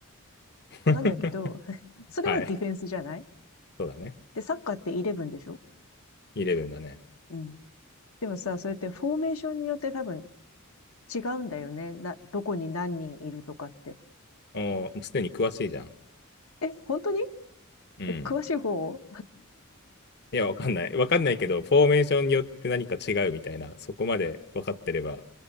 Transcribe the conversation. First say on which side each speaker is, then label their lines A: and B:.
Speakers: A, on the left; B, on the left.
A: あ。
B: なんだけど、<laughs> それはディフェンスじゃない
A: <laughs> はい。そうだね。
B: で、サッカーってイレブンでしょ
A: イレブンだね。
B: うん。でもさ、それってフォーメーションによって多分違うんだよね。な、どこに何人いるとかって。
A: おーもうすでに詳しいじゃん。
B: え、本当に
A: うん。
B: え、詳しい方
A: いや、わかんない。わかんないけど、フォーメーションによって何か違うみたいな、そこまで分かってれば、